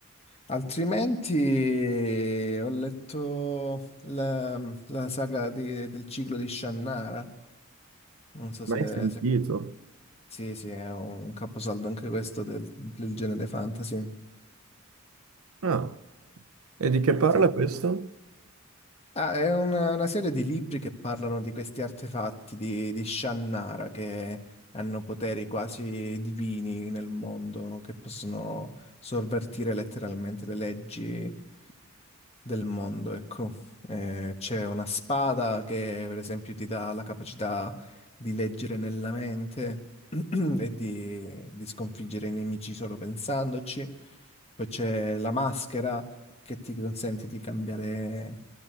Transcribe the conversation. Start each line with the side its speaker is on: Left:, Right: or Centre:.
Left: Altrimenti eh, ho letto la, la saga di- del ciclo di Shannara. Non so
Right: Mai
Left: se,
Right: sentito.
Left: se- Sì, sì, è un caposaldo anche questo del, del genere fantasy.
Right: Ah, e di che parla
Left: Sì.
Right: questo?
Left: Ah, è una, una serie di libri che parlano di questi artefatti di, di Shannara che hanno poteri quasi divini nel mondo, che possono sovvertire letteralmente le leggi del mondo, ecco. Eh, c'è una spada che, per esempio, ti dà la capacità di leggere nella mente <clears throat> e di, di sconfiggere i nemici solo pensandoci. Poi c'è la maschera che ti consente di cambiare